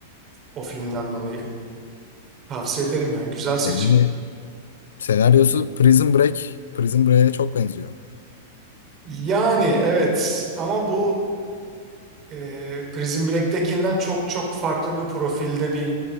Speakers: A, on the right (about 35°); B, on the left (about 70°).
A: o filmden dolayı. Tavsiye ederim yani güzel seçim.
B: yani senaryosu Prison Break. Prison Break'e çok benziyor.
A: Yani evet ama bu e, Prison Break'tekinden çok çok farklı bir profilde bir